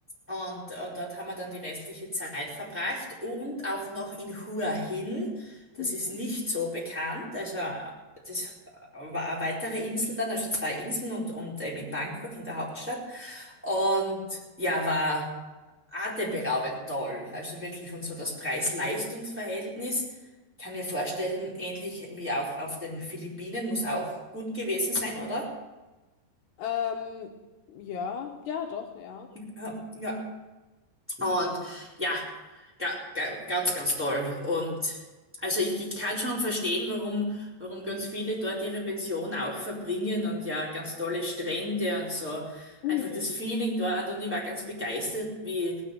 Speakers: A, in the centre; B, on the left (about 75°).
A: Und, und dort haben wir dann die restliche Zeit verbracht und auch noch in Hua Hin. Das
B: Mhm.
A: ist nicht so bekannt. Also das war eine weitere Insel dann, also zwei Inseln und, und eben in Bangkok, in der Hauptstadt. Und ja, war atemberaubend toll. Also wirklich und so das Preis-Leistungs-Verhältnis. Kann mir vorstellen, ähnlich wie auch auf den Philippinen, muss auch gut gewesen sein, oder?
B: Ähm, ja, ja, doch, ja.
A: Ja, ja. Und ja, ga, ga, ganz, ganz toll. Und also ich, ich kann schon verstehen, warum, warum ganz viele dort ihre Pension auch verbringen und ja, ganz tolle Strände und so.
B: Mhm.
A: Einfach das Feeling dort und ich war ganz begeistert, wie,